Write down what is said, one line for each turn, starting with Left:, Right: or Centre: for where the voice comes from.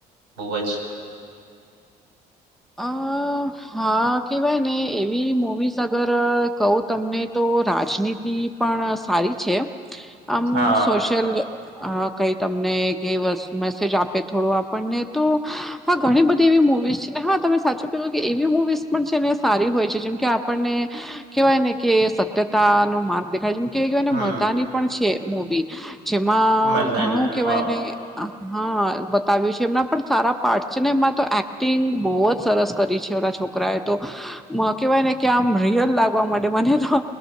Right: બહુ જ.
Centre: અ હા કેહેવાય ને એવી મવીિઝ અગર કહું તમને તો રાજનીતિ પણ સારી છે. આમ
Right: હા
Centre: સોશિયલ અ કઈ તમને કઈ મેસેજ આપે થોડો આપણને તો હા ઘણી બધી એવી મુવીઝ છે ને હા તમે સાચું કેું કે એવી મુૂવીઝ પણ છે ને સારી હોય છે જેમ કે આપણને કેવાય ને કે સત્યતા નો માર્ગે કે કવાય ને
Right: હમ
Centre: મદાની પણ છે મવી જેમાં
Right: મરદાની
Centre: ઘણું
Right: પણ
Centre: કેહેવાયને
Right: હા
Centre: હા બતાવ્યું છે એમના પણ સારા પાર્ટ છે ને એમાં તો એક્ટિંગ બહુ જ સરસ કરી છે ઓના છોકરા એ તો કેહેવાય ને કે આમ રિયલ લાગવા માટે મને તો